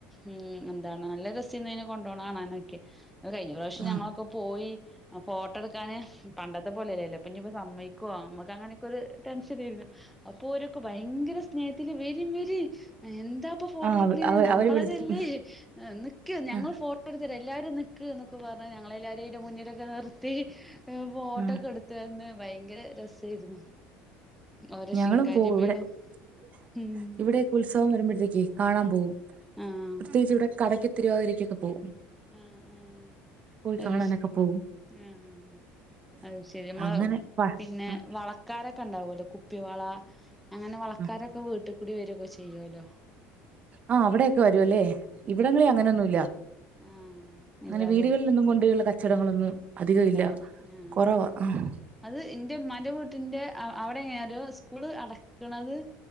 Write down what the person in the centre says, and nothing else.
ഉം എന്താണ് നല്ല രസേന്നു അയ്നെ കൊണ്ടോണ കാണാനൊക്കെ അഹ് കഴിഞ്ഞ പ്രാവശ്യം
ഞങ്ങളൊക്കെ പോയി അ ഫോട്ടെട് ക്കാന് ഉം പണ്ടത്തെ പോലെല്ലല്ലോ പ്പോ ഞ്ഞിപ്പോ സമ്മയ്ക്കൊ അമ്മക്കങ്ങനൊക്കൊര് ടെൻഷനേര്ന്നു അപ്പോരൊക്കെ ഭയങ്കര സ്നേഹത്തില് വെരിം വെരിം എന്താ ഇപ്പൊ ഫോട്ടോഎട്ക്കണെയ്‌ന്
നമ്മളതല്ലേ
നിക്ക് ഞങ്ങള്
ഫോ ട്ടോ എടുത്തരാ എല്ലാരും നിക്ക്ന്നൊക്കെ പർഞ്ഞ ഞങ്ങള എല്ലാരേം അയ്ന്റെ മുന്നിലൊക്കെ നിർത്തി ഫോട്ടോക്കെ
എടു ത്തന്നു ഭയങ്കര രസേരുന്നു ഓരെ
ശിങ്കാരി
മേളം
ഉം
ആഹ്
ആഹ് ആഹ്
അയ്ശെ
ആഹ് ആഹ് ആഹ് അയ്ശരി നമ്മള
പിന്നെ
വള ക്കാരൊക്കെ ണ്ടാവുല്ലോ കുപ്പി വള അങ്ങനെ വളക്കാരൊക്കെ
വീട്ട് കൂടി വരൊക്കെ ചെയ്യോല്ലോ
ആഹ്
ഇല്ലാല്ലേ
ഇല്ലാല്ലേ
ആഹ്
അത് ഇന്റെ മ്മാന്റെ വീട്ട്ന്റെ അവിടെങ്ങനെ ഒരു സ്കൂള് അടക്ക്ണത്